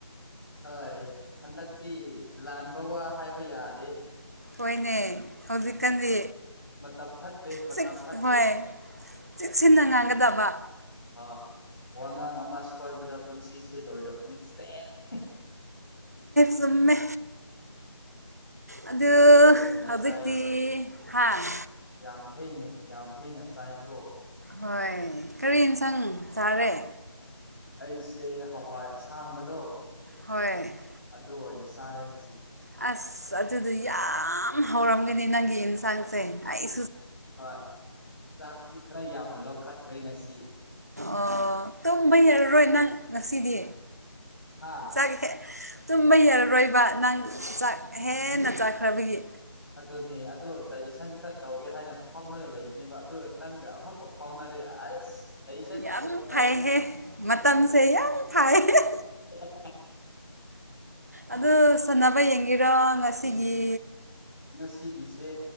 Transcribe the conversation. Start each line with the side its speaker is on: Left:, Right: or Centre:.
Left: ꯍꯣꯏ ꯍꯟꯗꯛꯇꯤ ꯂꯥꯟꯕ ꯋꯥ ꯍꯥꯏꯕ ꯌꯥꯗꯦ
Right: ꯍꯣꯏꯅꯦ ꯍꯧꯖꯤꯛꯀꯥꯟꯗꯤ
Left: ꯃꯇꯝ ꯐꯠꯇꯦ ꯃꯇꯝ
Right: ꯆ
Left: ꯐꯠꯇꯦ
Right: ꯍꯣꯏ ꯆꯤꯠ ꯁꯤꯟꯅ ꯉꯥꯡꯒꯗꯕ
Left: ꯍ ꯋꯥꯉꯥꯡ ꯑꯃ ꯁꯣꯏꯕꯗ ꯄꯨꯟꯁꯤꯁꯦ ꯂꯣꯏꯔꯕꯅꯤ ꯁꯦꯁ
Right: ꯁꯨꯝꯃꯦ ꯑꯗꯨ
Left: ꯌꯥꯝ ꯊꯦꯡꯅ
Right: ꯍꯧꯖꯤꯛꯇꯤ
Left: ꯆꯥꯏꯅꯦ
Right: ꯍꯥꯥꯡ
Left: ꯌꯥꯝ ꯊꯦꯡꯅ ꯌꯥꯝ ꯊꯦꯡꯅ ꯆꯥꯏꯀꯣ
Right: ꯍꯣꯏ ꯀꯔꯤ ꯌꯦꯟꯁꯥꯡ ꯆꯥꯔꯦ
Left: ꯑꯩꯁꯦ ꯍꯋꯥꯏ ꯑꯁꯥꯡꯕꯗꯣ
Right: ꯍꯣꯏ
Left: ꯑꯗꯨ ꯑꯣꯏꯅ ꯆꯥꯔꯦ ꯉꯁꯤꯗꯤ
Right: ꯑꯁ ꯑꯗꯨꯗꯤ ꯌꯥꯝ ꯍꯧꯔꯝꯒꯅꯤ ꯅꯪꯒꯤ ꯑꯦꯟꯁꯥꯡꯁꯦ ꯑꯩ
Left: ꯍꯣꯏ ꯆꯥꯛꯇꯤ ꯈꯔ ꯌꯥꯝꯅ ꯂꯧꯈꯠꯈ꯭ꯔꯦ ꯉꯁꯤ
Right: ꯑꯣ ꯇꯨꯝꯕ ꯌꯥꯔꯔꯣꯏ ꯅꯪ ꯉꯁꯤꯗꯤ
Left: ꯍꯥꯥ
Right: ꯆꯠꯒꯦ ꯇꯨꯝꯕ ꯌꯔꯔꯣꯏꯕ ꯅꯪ ꯆꯥꯛ ꯍꯦꯟꯅ ꯆꯥꯛꯈ꯭ꯔꯕꯒꯤ
Left: ꯑꯗꯨꯅꯦ ꯑꯗꯨꯗꯣ ꯗꯥꯏꯖꯦꯁꯟ ꯈꯔ ꯇꯧꯒꯦ ꯍꯥꯏꯅ ꯐꯥꯎꯅꯒ ꯂꯩꯕꯅꯦꯕ ꯑꯗꯨꯒ ꯅꯪꯒ ꯑꯃꯨꯛꯀ ꯐꯥꯎꯅ ꯑꯔꯦ ꯑꯁ ꯗꯥꯏꯖꯦꯁꯟ
Right: ꯌꯥꯝ
Left: ꯊꯨꯅ ꯐꯔꯅꯤ
Right: ꯐꯩꯍ ꯃꯇꯝꯁꯦ ꯌꯥꯝ ꯐꯩꯍ
Left: <unintelligible>
Right: ꯑꯗꯨ ꯁꯅꯕ ꯌꯦꯡꯒꯔꯣ ꯉꯁꯤꯒꯤ
Left: ꯉꯁꯤꯒꯤꯁꯦ